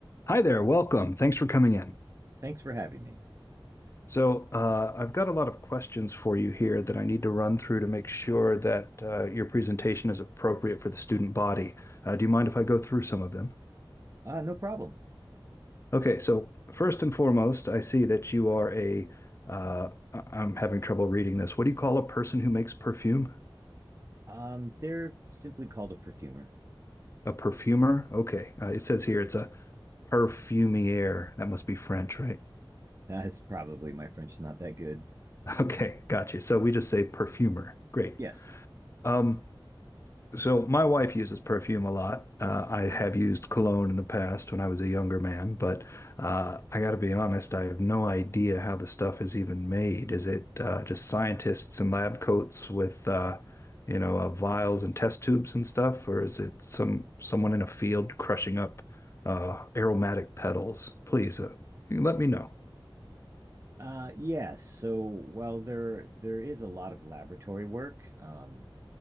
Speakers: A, on the left; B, on the right.
A: Hi there, welcome. Thanks for coming in.
B: Thanks for having me.
A: So, uh, I've got a lot of questions for you here that I need to run through to make sure that uh, your presentation is appropriate for the student body. Uh, do you mind if I go through some of them?
B: Uh, no problem.
A: Okay, so first and foremost, I see that you are a, uh, I- am having trouble reading this. What do you call a person who makes perfume?
B: Um, they're simply called a perfumer.
A: A perfumer? Okay, uh, it says here it's a perfumier. That must be French, right? <laughs>
B: <laughs> That's probably my French not that good.
A: Okay, got you. So we just say perfumer. Great.
B: Yes.
A: Um, So my wife uses perfume a lot. Uh, I have used cologne in the past when I was a younger man, but uh, I got to be honest, I have no idea how the stuff is even made. Is it uh, just scientists in lab coats with uh, you know uh, vials and test tubes and stuff, or is it some someone in a field crushing up uh, aromatic petals? Please uh, let me know.
B: Uh, yes. So while there there is a lot of laboratory work, um,